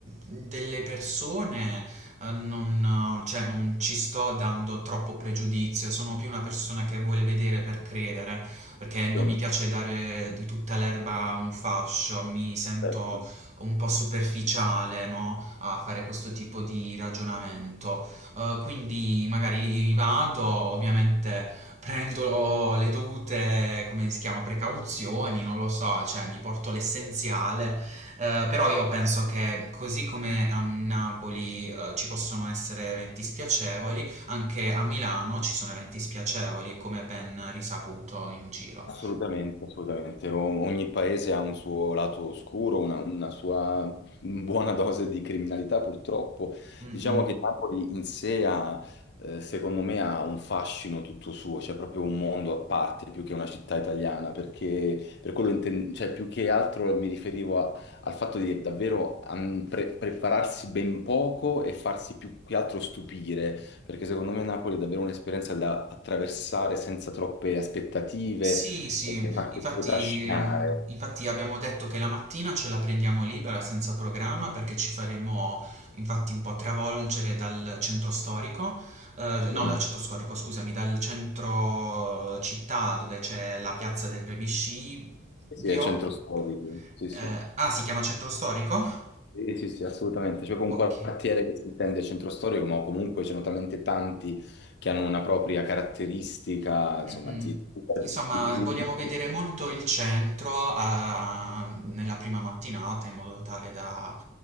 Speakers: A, on the right; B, on the left.
A: delle persone eh, non, cioè, non ci sto dando troppo pregiudizio, sono più una persona che vuole vedere per credere, perché non
B: Sì,
A: mi piace dare di tutta l'erba un fascio, mi sento
B: certo.
A: un po' superficiale, no, a fare questo tipo di ragionamento. Eh, quindi magari vado, ovviamente prendo le dovute, come si chiama, precauzioni, non lo so, cioè mi porto l'essenziale. Eh, però io penso che così come a Napoli eh, ci possono essere eventi spiacevoli, anche a Milano ci sono eventi spiacevoli, come ben risaputo in giro.
B: Assolutamente, assolutamente. O- Ogni paese ha un suo lato oscuro, una, una sua buona dose di criminalità, purtroppo.
A: Mm-mm.
B: Diciamo che Napoli in sé ha, eh, secondo me, ha un fascino tutto suo, c'è proprio un mondo a parte più che una città italiana, perché per quello inten- cioè, più che altro mi riferivo a- al fatto di davvero am, pre- prepararsi ben poco e farsi più che altro stupire, perché secondo me Napoli è davvero un'esperienza da attraversare senza troppe aspettative
A: Sì, sì,
B: mi fa anche
A: infatti,
B: proprio trascinare.
A: ehm, infatti abbiamo detto che la mattina ce la prendiamo libera senza programma perché ci faremo infatti un po' travolgere dal centro storico, eh, no,
B: Sì,
A: dal centro storico, scusami, dal centro eh, città dove c'è la piazza del Plebiscibio.
B: sì, sì, è centro storico, sì, sì.
A: Eh, ah, si chiama centro storico?
B: Sì, sì, sì, assolutamente. C'è proprio
A: Ok.
B: un quartiere che si intende centro storico, ma comunque ce ne sono talmente tanti che hanno una propria caratteristica, insomma,
A: Mm-mm.
B: ti, ti,
A: Insomma,
B: ti- ti-
A: vogliamo
B: ti-
A: vedere molto il centro ah, nella prima mattinata in modo tale da,